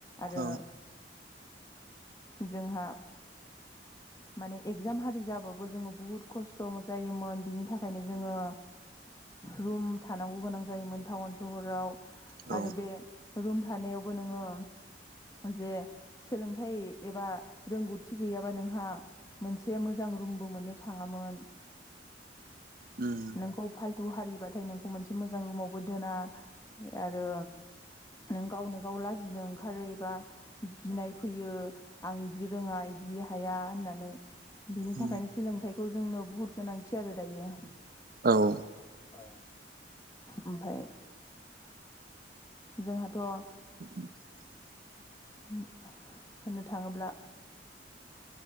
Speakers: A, on the left (about 20°); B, on the right (about 55°).
A: आरो
B: औ
A: जोंहा माने इकजाम हारि जाबाबो जोङो बुहुत खस्थ' जायोमोन। बिनि थाखायनो जोङो रुम थानांगौ गोनां जायोमोन टाउन सहराव।
B: औ
A: आरो बे रुम थानायावबो नोङो जे सोलोंथाइ एबा रोंगौथि गैयाबा नोंहा मोनसे मोजां रुमबो मोननो थाङामोन।
B: उम
A: नोंखौ फाल थु हारिबाथाय नों खौ मोनसे मोजां रुमावबो दोना आरो नों गावनो गाव लाजिनो ओंखारो एबा गिनाय फैयो आं इदि रोङा इदि हाया होननानै। बिनि
B: उम
A: थाखायनो सोलोंथाइखौ जोंनो बुहुत गोनांथि आरो दायो।
B: औ।
A: औ। ओमफाय जोंहाथ'
B: <inaudible>
A: होननो थाङोब्ला